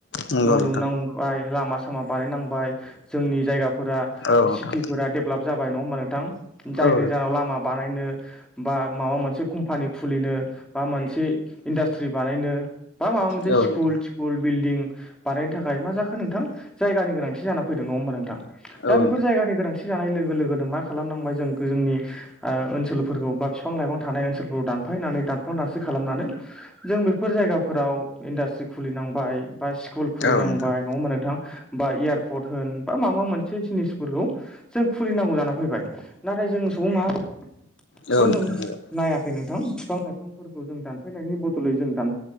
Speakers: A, on the left; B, in the centre.
A: नंगौ
B: न'
A: नोंथां
B: लुनांबाय लामा सामा बानायनांबाय जोंनि जायगाफोरा
A: औ नोंथां
B: सिटिफोरा डेभेलप जाबाय नङा हबा नोंथां जायनो
A: औ
B: गोजानाव
A: नोंथां
B: लामा बानायनो बा माबा मोनसे कम्पानि खुलिनो बा मोनसे इन्डास्ट्रि बानायनो बा माबा मोनसे
A: औ
B: स्कुल
A: नोंथां
B: थिकुल बिल्डिं बानायनो थाखाय मा जाखो नोंथां जायगानि गोनांथि जाना फैदों नङा होमबा नोंथां दा
A: औ
B: बेफोर जायगानि गोनांथि जानाय लोगो लोगोनो मा खालामनांबाय जों जोंनि ओनसोलफोरखौ बा फि बिफां लाइफां थानाय ओनसोलफोर दानफायनानै दानफां दानस्रि खालामनानै जों बेफोर जायगाफोराव इन्डास्ट्रि खुलिनांबाय बा स्कुल खुलिनांबाय
A: नोंथां
B: नङा होमबा नोंथां बा एयारपर्ट होन बा माबा मोनसे जिनिसफोरखौ जों खुलिनांगौ जाना फैबाय नाथाय जों सुबुं माहारिया बेखौ
A: औ नोंथां
B: जों
A: नंगौ
B: नायाखै नोंथां बिफां लाइफांफोरखौ जों दानफायनायनि बदलै जों दान